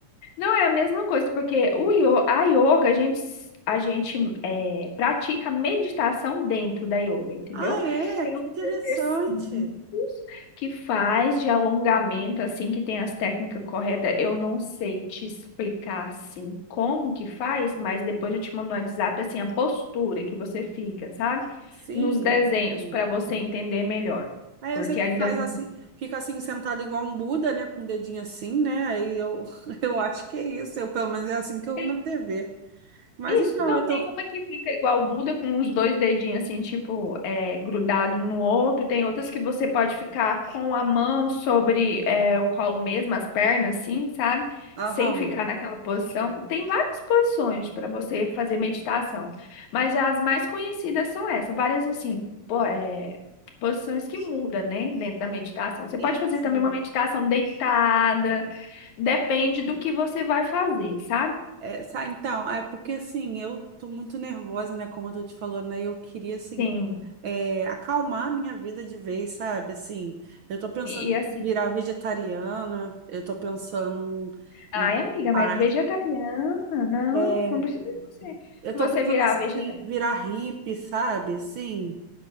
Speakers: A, on the left (about 80°); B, on the right (about 70°).
A: Não, é a mesma coisa, porque o yo- a yoga, a gente, s- a gente é, pratica meditação dentro da yoga, entendeu?
B: Ah, é?
A: Tem
B: Que
A: uns
B: interessante.
A: exercícios que faz de alongamento, assim, que tem as técnicas corretas. Eu não sei te explicar, assim, como que faz, mas depois eu te mando no WhatsApp, assim, a postura que você fica, sabe?
B: Sim,
A: Nos desenhos,
B: sim.
A: para você entender melhor,
B: Aí
A: porque
B: eu sei que
A: ainda
B: faz
A: não...
B: assim, fica assim sentado igual um Buda, né? Com o dedinho assim, né? Aí eu, <laughs> eu acho que é isso. Eu, pelo menos é assim que eu
A: Sim.
B: vi na TV. Mas
A: Isso,
B: então
A: não,
B: eu tô.
A: tem uma que fica igual o Buda, com os dois dedinhos assim, tipo, é, grudado um no outro. Tem outras que você pode ficar com a mão sobre é, o colo mesmo, as pernas, assim, sabe?
B: Aham.
A: Sem ficar naquela posição. Tem várias posições para você fazer meditação, mas as mais conhecidas são essas, várias assim, po- é, posições que mudam, né, dentro da meditação. Você
B: Sim,
A: pode fazer
B: sim.
A: também uma meditação deitada, depende do que você vai fazer, sabe?
B: É, sa- então, é porque assim, eu tô muito nervosa, né? Como eu tô te falando, aí eu queria assim
A: Sim.
B: é, acalmar a minha vida de vez, sabe? Assim, eu tô pensando
A: E e assim,
B: em virar vegetariana, eu tô pensando
A: Ai,
B: em
A: amiga,
B: parar,
A: mas vegetariana? Não,
B: é,
A: não precisa você,
B: eu
A: você
B: tô pensando
A: virar
B: assim,
A: vegetariana.
B: virar hippie, sabe? Assim,